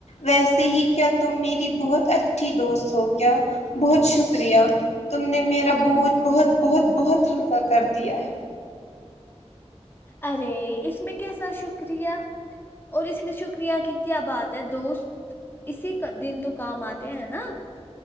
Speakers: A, on the left; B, on the left.
A: ویسے ہی کیا تم میری بہت اچھی دوست ہو کیا بہت شکریہ تم نے میرا بوجھ بہت بہت بہت ہلکا کر دیا ہے
B: ارے اس میں کیسا شکریہ اور اس میں شکریہ کی کیا بات ہے دوست اسی کا دن تو کام آتے ہیں نا